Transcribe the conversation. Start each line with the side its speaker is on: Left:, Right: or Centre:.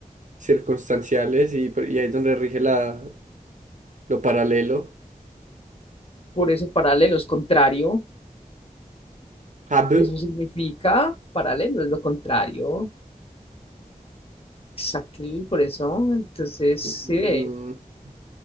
Right: circunstanciales y, por- y ahí es donde rige la, lo paralelo.
Left: Por eso paralelo es contrario.
Right: Hab.
Left: Eso significa paralelo, es lo contrario. Exacto, y por eso, entonces,
Right: Mm,
Left: sí ve.
Right: mm.